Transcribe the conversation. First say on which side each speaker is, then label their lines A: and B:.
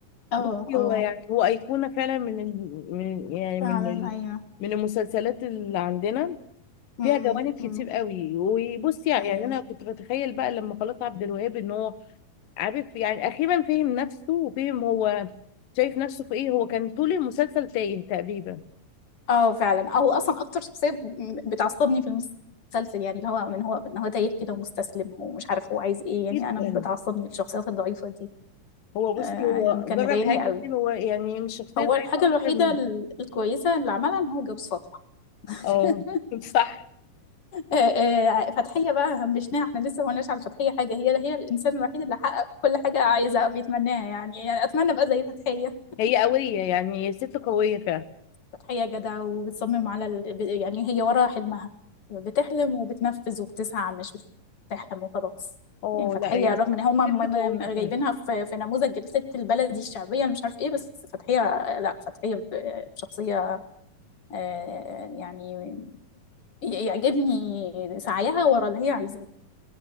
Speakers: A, on the left; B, on the left.
A: اه
B: بصي هو
A: اه
B: يعني هو أيقونة فعلا من ال... من يعني من
A: فعلا
B: ال...
A: ايوه
B: من المسلسلات اللي عندنا
A: امم
B: فيها جوانب كتير
A: أمم،
B: قوي وبصي يعني
A: ايوه
B: أنا كنت بتخيل بقى لما خلاص عبد الوهاب إن هو عارف يعني أخيرا فهم نفسه وفهم هو شايف نفسه في إيه هو كان طول المسلسل تايه تقريبا
A: اه فعلا او اصلا اكتر شخصية ب- بتعصبني في المسلسل يعني اللي هو من هو ان هو تايه كده ومستسلم ومش عارف هو عايز ايه يعني
B: جدا
A: انا بتعصبني الشخصيات الضعيفة دي
B: هو بصي
A: آه
B: هو
A: كان
B: جرب
A: مضايقني
B: حاجات
A: قوي
B: كتير هو يعني مش شخصية
A: هو
B: ضعيفة
A: الحاجة
B: أكتر
A: الوحيدة
B: من
A: ال- الكويسة اللي عملها ان هو جوز فاطمة <laughs>
B: اه <laughs> صح
A: آه، آه، فتحية بقى همشناها احنا لسه ما قلناش على فتحية حاجة هي هي الانسان الوحيد اللي حقق كل حاجة عايزها بيتمناها يعني يعني اتمنى ابقى زي فتحية
B: هي قوية يعني هي ست قوية فعلا
A: فتحية جدع وبتصمم على ال... ب- يعني هي ورا حلمها بتحلم وبتنفذ وبتسعى مش بتحلم وخلاص
B: اه
A: يعني فتحية
B: لا هي
A: رغم ان هم م-
B: ست
A: م-
B: قوية
A: م- جايبينها
B: فعلا
A: في في نموذج جلسة البلدي الشعبية اللي مش عارف ايه بس فتحية لا فتحية ب- شخصية آه، يعني ي- يعجبني سعيها ورا اللي هي عايزاه